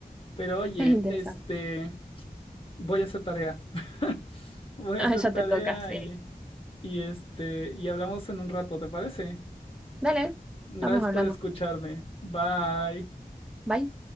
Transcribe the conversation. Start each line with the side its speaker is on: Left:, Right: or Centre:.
Left: Pero oye,
Centre: Es interesante.
Left: este, voy a hacer tarea. <laughs> Voy
Centre: Ah,
Left: a hacer
Centre: ya
Left: tarea
Centre: te toca, sí.
Left: y, y este, y hablamos en un rato, ¿te parece?
Centre: Dale,
Left: Gracias
Centre: estamos hablando.
Left: por escucharme. Bye.
Centre: Bye.